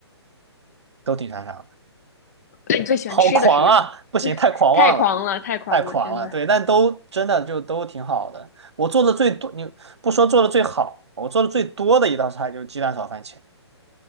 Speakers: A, on the right; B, on the left.
A: 都挺擅长的。
B: 那你最喜欢吃的是什么？
A: 好狂啊！不行，太狂妄了，
B: 太狂了，太狂了，
A: 太狂了。
B: 真的。
A: 对，但都真的就都挺好的。我做的最多，你不说做的最好，我做的最多的一道菜就是鸡蛋炒番茄。